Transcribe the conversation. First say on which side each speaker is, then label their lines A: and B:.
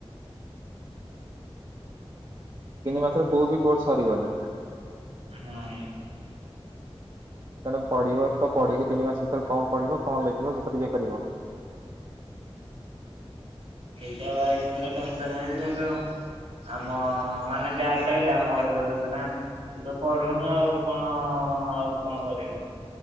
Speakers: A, on the right; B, on the right.
A: ତିନି ମାସରେ କୋଉ ବି କୋରସ ସରିବନି।
B: ନାଇଁ।
A: ତେଣୁ ପଢିବ ତ ପଢିକି ତିନି ମାସ ଭିତରେ କଣ ପଢିବ କଣ ଲେଖିବ ସେତରେ ଇଏ କରିବ।
B: ଏଇଟା ଭାରି ପଡିଲେ ଟେନ୍ସନ। ଆମ ମାନେ ବ୍ୟାକ ଲାଗିଲେ ଆମ ଘରେ କହୁଛନ୍ତି ନା ତୁ ତ ପଢୁନୁ ଆଉ କଣ ଆଉ କଣ କରିବି?